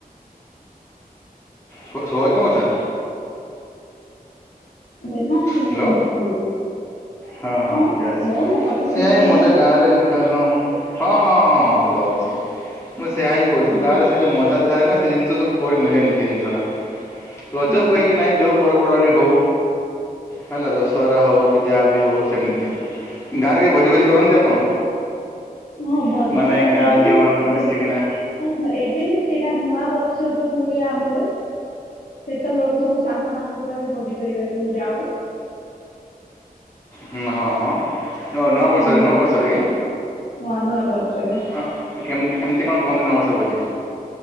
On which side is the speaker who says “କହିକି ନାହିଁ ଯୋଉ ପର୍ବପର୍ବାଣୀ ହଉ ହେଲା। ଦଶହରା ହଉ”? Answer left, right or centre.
Left